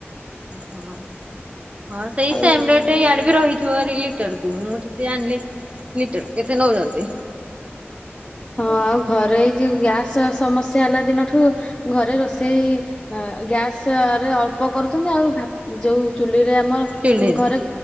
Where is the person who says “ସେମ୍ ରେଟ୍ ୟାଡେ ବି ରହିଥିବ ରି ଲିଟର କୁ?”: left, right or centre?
Right